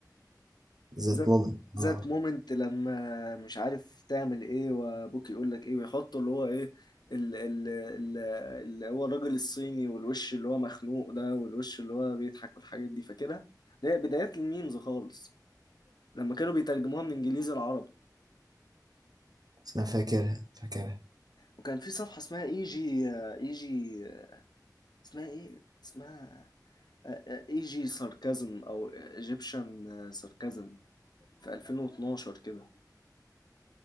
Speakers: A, on the right (about 65°); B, on the left (about 70°).
A: ذات
B: ذات
A: مومنت
B: ذات
A: اه
B: مومنت لما مش عارف تعمل ايه وابوك يقول لك ايه ويحطوا اللي هو ايه ال- ال- ال- اللي هو الراجل الصيني والوش اللي هو مخنوق ده والوش اللي هو بيضحك والحاجات دي فكده ده بدايات الميمز خالص لما كانوا بيترجموها من انجليزي لعربي
A: انا فاكرها فاكرها
B: وكان في صفحة اسمها اي جي اي جي اسمها ايه اسمها اي جي ساركازم او ايجيبشن ساركازم في 2012 كده